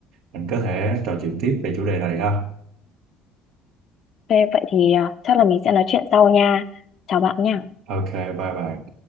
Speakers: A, on the right; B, on the left.
A: mình có thể trò chuyện tiếp về chủ đề này ha.
B: Ok, vậy thì à, chắc là mình sẽ nói chuyện sau nha. Chào bạn nha.
A: Ok, bye bye.